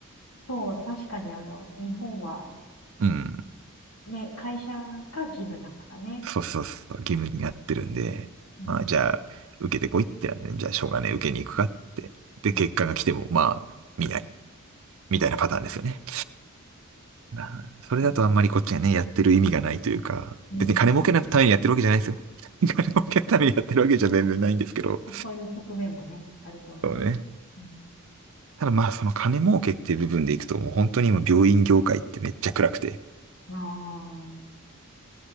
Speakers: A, on the left; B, on the right.
A: そう、確かにあの、日本は
B: うん。
A: ね、会社が義務だからね。
B: そうそうそう、義務になってるんで、
A: うん、
B: まあじゃあ、受けてこいってなって、じゃあしょうがねえ、受けに行くかって。で、
A: うん、
B: 結果が来ても、まあ、見ない。みたいなパターンですよね。なそれだとあんまりこっちがね、
A: うん。
B: やってる意味がないというか、
A: うん
B: 別に金儲けのためにやってるわけじゃないですよ。<laughs> 金儲けのためにやってるわけじゃ全然ないんですけど、
A: あそういう側面もね、あると思う。
B: そうね。
A: うん、
B: ただまあその金儲けっていう部分でいくともう本当に今病院業界ってめっちゃ暗くて、
A: あー